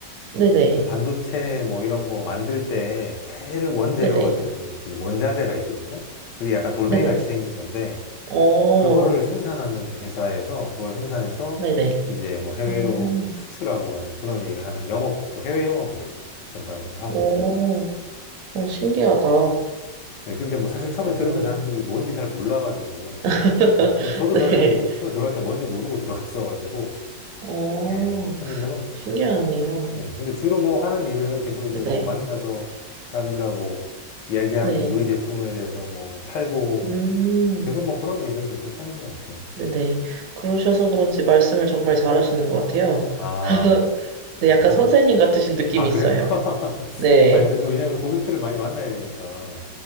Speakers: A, on the right (about 70°); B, on the left (about 80°).
A: 네네,
B: 반도체 뭐 이런 거 만들 때 제일 원재료가
A: 네네,
B: 되는 그 원자재가 있거든요. 그게 약간 돌멩이
A: 네네.
B: 같이 생긴 건데
A: 오,
B: 그거를 생산하는 회사에서 그걸 생산해서
A: 네네.
B: 이제 뭐 해외로
A: 음,
B: 수출하고 하는 그런 일을 하는 영업 쪽 해외 영업을 전담해서 하고
A: 오,
B: 있어요.
A: 오 신기하다.
B: 네, 근데 뭐 사실 처음에
A: 오,
B: 들으면 사람들이 뭔지 잘 몰라가지고
A: <laughs>
B: 뭐, 뭐 저도
A: 네.
B: 사실 처음에 들어갈 때 뭔지 모르고 들어갔어가지고
A: 오,
B: 예, 했는데 뭐
A: 신기하네요.
B: 네. 근데 주로 뭐 하는 일은 계속 이제
A: 네네.
B: 뭐 만나서 사람들하고 이야기하고
A: 네.
B: 우리 제품에 대해서 뭐 팔고
A: 음,
B: 계속 뭐 그런 일을 계속 하는 것 같아요.
A: 네네. 그러셔서 그런지 말씀을 정말 잘하시는 것 같아요.
B: 아,
A: <laughs> 네,
B: 아,
A: 약간
B: 그,
A: 선생님 같으신 느낌이
B: 아, 그래요?
A: 있어요.
B: <laughs>
A: 네.
B: 아니, 근데 그 왜냐면 고객들을 많이 만나야 되니까